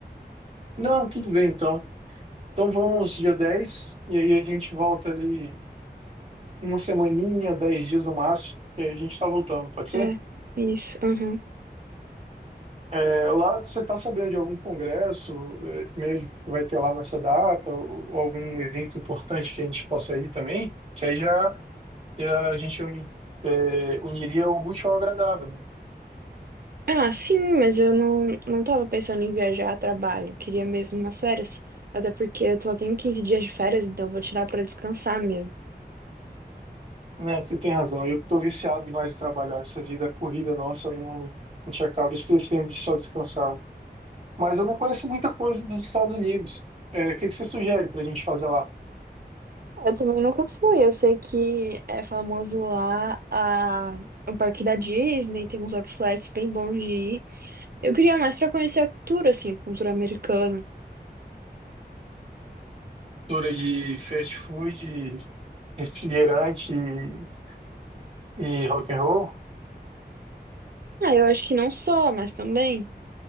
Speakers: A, on the right (about 35°); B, on the right (about 60°).
A: Não, tudo bem então. Então vamos dia 10 e aí a gente volta ali uma semaninha, 10 dias no máximo, e aí a gente tá voltando, pode ser?
B: É, isso. aham.
A: É, lá você tá sabendo de algum congresso é, médico que vai ter lá nessa data, ou, ou algum evento importante que a gente possa ir também? Que aí já, já a gente uni- é, uniria o útil ao agradável, né?
B: Ah, sim, mas eu não, não tava pensando em viajar a trabalho. Eu queria mesmo umas férias. Até porque eu só tenho 15 dias de férias, então eu vou tirar pra descansar mesmo.
A: Né, Você tem razão, eu que tô viciado demais de trabalhar, essa vida corrida nossa, eu não, a gente acaba esquecendo de só descansar. né? Mas eu não conheço muita coisa dos Estados Unidos. É, o que que você sugere para a gente fazer lá?
B: Eu também nunca fui. Eu sei que é famoso lá a... o parque da Disney, tem uns outlets bem bons de ir. Eu queria mais pra conhecer a cultura, assim, a cultura americana.
A: Cultura de fast food, refrigerante e, e rock and roll?
B: Ah, eu acho que não só, mas também.